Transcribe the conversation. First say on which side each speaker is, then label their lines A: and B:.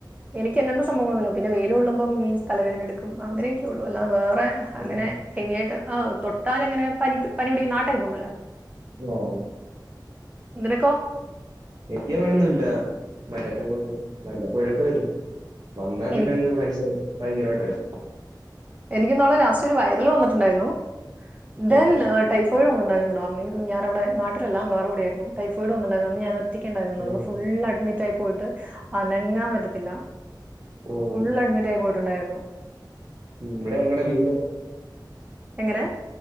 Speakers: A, on the right (about 20°); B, on the right (about 55°).
A: എനിക്ക് അങ്ങനത്തെ സംഭവങ്ങളൊന്നുമില്ല പിന്നെ വെയിൽ കൊള്ളുമ്പം മീൻസ് തലവേദനെടുക്കും അങ്ങനെയൊക്കെ ഉള്ളൂ അല്ലാതെ വേ പ്പഴ്
B: ഉണ്ടോ
A: അങ്ങനെ ഹെവി ആയിട്ട് ആ തൊ <unintelligible> അങ്ങനെ പനി പനി പിടികുന്നാടൈപ്പൊന്നല്ല
B: ആ
A: നിനക്കോ
B: എനക്കിവടൊന്നുല്ല <unintelligible> വല്ലപ്പോഴൊക്കെ വരും വന്നാ പിന്നങ്ങ്
A: എനിക്ക്
B: <unintelligible> ഭയങ്കരായിട്ടായിരിക്കും
A: എനിക്ക് നാളെ ലാസ്റ്റ് ഒരു വൈറൽ വന്നിട്ടുണ്ടായിരുന്നു ത് എന്നാ
B: ആഹ്
A: ടൈഫോയിഡ <unintelligible> <unintelligible> ഞാന അവിടെ നട്ടിലെല്ല വേ കട ആയിരുന്ന ടൈഫോഡ് വന്നുണ്ടായി അന്ന് ഞാൻ റ്റക്കെ ഉണ്ടയന്നുള്ളു
B: ആഹ്
A: ഫുൾ അഡ്മിറ്റ് റ്റായി പോയിട്ട് അനങ്ങാൻ പറ്റത്തില്ല
B: ആഹ്
A: ഫുൾ അഡ്മിറ്റ് ആയി പോ ട്ടുണ്ടായിരുന്നു
B: ഇവിടെ ഞങ്ങടെ വീ
A: എങ്ങനെ